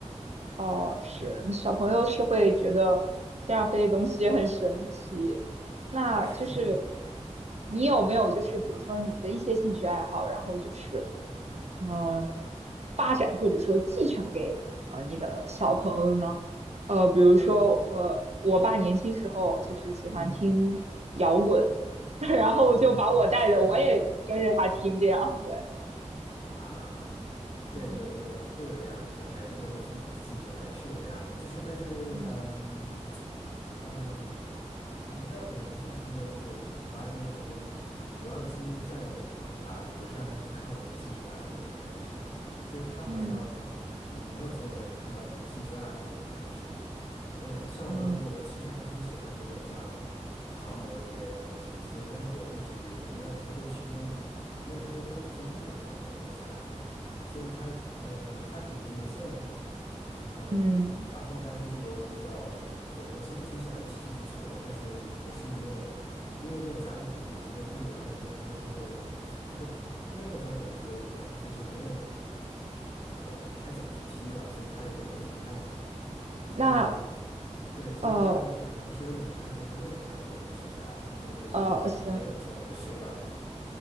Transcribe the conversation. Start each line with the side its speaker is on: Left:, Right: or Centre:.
Right: 哦，是，那小朋友是会觉得天上飞的东西很神奇。那就是
Left: 对，<laughs>
Right: 你有没有就是比如说你的一些兴趣爱好，然后就是嗯发展或者说继承给呃你的小朋友呢？呃，比如说呃，
Left: 嗯
Right: 我爸年轻时候就是喜欢听摇滚，
Left: 嗯
Right: <laughs> 然后就把我带着，
Left: 啊，<laughs>
Right: 我也跟着他听这样，对。
Left: 啊，对，
Right: 嗯
Left: 有有会有这样的，就孩子跟着父母的兴趣来，是有这样的，就是但是，
Right: 嗯
Left: 嗯嗯，我不知道可能是不是因为就是我花更多时间，主要的精力在于要去陪他，而不是让他去看我的兴趣爱好的原因，还是什么？就是他好像
Right: 嗯
Left: 嗯没有从我这儿看到什么兴趣爱好，有可能是。但像我刚刚说的，
Right: 嗯
Left: 我其实还挺喜欢这种像航模一类的东西，所以但是我一直也没有太多时间没有太多功夫去弄一套这种东西来，所以他嗯、呃他可能就没见过，嗯，
Right: 嗯，
Left: 然后还有就是我比较我我其实挺喜欢踢足球的，但是也是没有因为没有加入本地的俱乐部，然后也没有太多的就是说因为没有加入本地俱乐部，然后所以就没有很很太怎么去踢了，所以他也就没怎么看到过，所以。
Right: 那
Left: 对，所以对他来说可能是有点遗憾，
Right: 呃，
Left: 就是他没有看到过这些兴趣爱好，所以他就没有没有从我这学到什么。
Right: 呃，行，